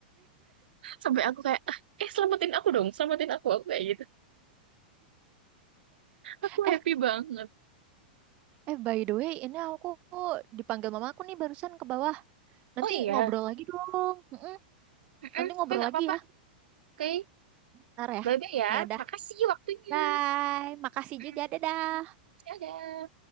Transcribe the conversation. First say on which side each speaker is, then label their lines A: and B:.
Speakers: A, on the right; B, on the right.
A: Sampai aku kayak, "Ah, eh selamatin aku dong, selamatin aku, aku kayak gitu. Aku
B: Eh,
A: happy banget.
B: eh by the way, ini aku dipanggil mamaku nih barusan ke bawah. Nanti
A: Oh iya,
B: ngobrol lagi dong. Mm-mm.
A: Mm-mm,
B: Nanti ngobrol
A: oke nggak
B: lagi
A: apa-apa.
B: ya,
A: Oke,
B: ntar ya.
A: bye-bye ya.
B: Ya udah,
A: Makasih waktunya.
B: bye. Makasih
A: Mm,
B: juga, dadah.
A: Dadah.